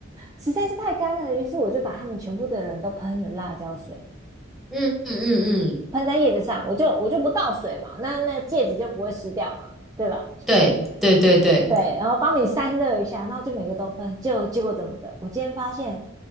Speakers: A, on the right (about 20°); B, in the centre.
A: 实在是太干了，于是我就把他们全部的人都喷了辣椒水，
B: 嗯嗯嗯，
A: 喷在叶子上，我就我就不倒水嘛，那那戒指就不会湿掉嘛，对吧？
B: 对对对对，
A: 对，然后帮你散热一下，然后就每个都喷，就结果怎么着？我今天发现